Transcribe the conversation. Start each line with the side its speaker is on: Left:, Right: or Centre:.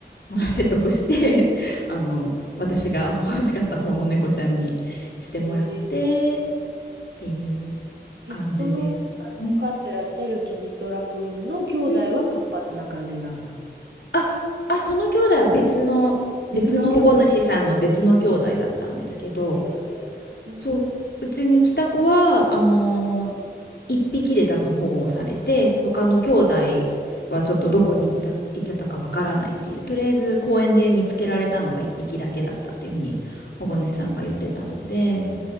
Left: <laughs>
Right: うん
Left: 説得して <laughs> あの私が欲しかった方の猫ちゃんにしてもらって
Right: うんえー
Left: っていう
Right: え、
Left: 感じでした。
Right: その、あの、
Left: うん
Right: 飼ってらっしゃるキジトラ君の兄弟は活発な感じなんだ。
Left: うんあ、あ、その兄弟は別の別の保護主さんの別の兄弟だったんですけど。
Right: 別の兄弟。えー、うん、
Left: そう、うちに来た子は、あのー一匹で多分保護をされて、他の兄弟はちょっとどこに行った、行っちゃったかわからないっていう、とりあえず公園で見つけられたのが一匹だけだったっていうふうに保護主さんが言ってたので、
Right: そうなんだ